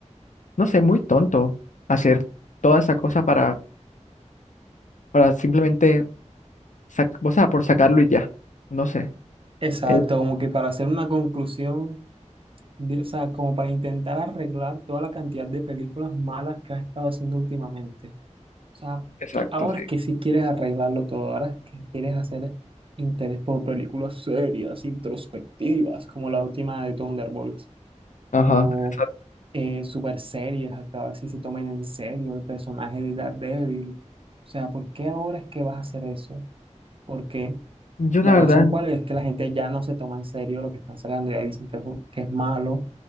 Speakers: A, on the left; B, on the right.
A: no sé, muy tonto hacer toda esa cosa para, para simplemente, sac- o sea, por sacarlo y ya. No sé.
B: Exacto,
A: Eh,
B: como que para hacer una conclusión de- o sea, como para intentar arreglar toda la cantidad de películas malas que has estado haciendo últimamente. O sea,
A: exacto,
B: que ahora
A: sí.
B: es que sí quieres arreglarlo todo, ahora es que quieres hacer interés por películas serias, introspectivas, como la última de Thunderbolts,
A: Ajá.
B: o
A: Exacto.
B: eh, super serias, hasta ahora sí se tomen en serio el personaje de Daredevil. O sea, ¿por qué ahora es que vas a hacer eso? ¿Por qué?
A: Yo
B: La
A: la verdad,
B: razón cuál es que la gente ya no se toma en serio lo que están sacando, ya dicen que es, un- que es malo,